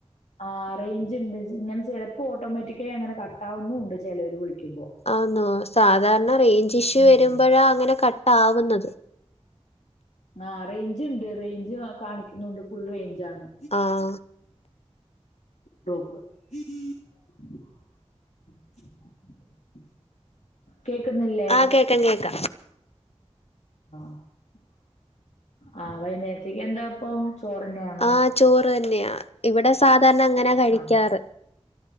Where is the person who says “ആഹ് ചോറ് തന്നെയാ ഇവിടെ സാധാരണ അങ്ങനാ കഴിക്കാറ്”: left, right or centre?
Left